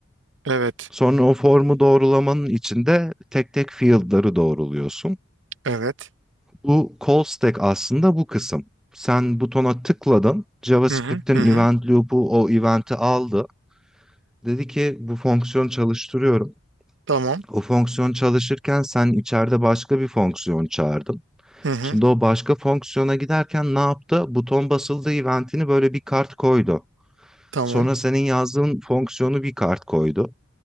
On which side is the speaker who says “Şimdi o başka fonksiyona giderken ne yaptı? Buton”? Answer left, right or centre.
Centre